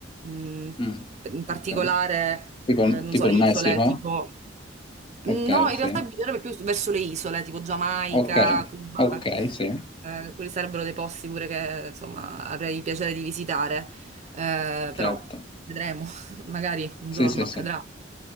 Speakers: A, on the right; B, on the left.
A: Mm,
B: Mm,
A: in particolare,
B: ok. Tipo,
A: eh, non
B: tipo
A: so,
B: il
A: le
B: Messico?
A: isole tipo... No,
B: Ok,
A: in
B: sì.
A: realtà bisognerebbe più verso le isole, tipo Giamaica,
B: Ok,
A: Cuba,
B: ok, sì,
A: eh, quelli sarebbero dei posti pure che, insomma, avrei piacere di visitare, Eh,
B: certo.
A: però vedremo, <laughs> magari un
B: Sì,
A: giorno
B: sì, sì.
A: accadrà.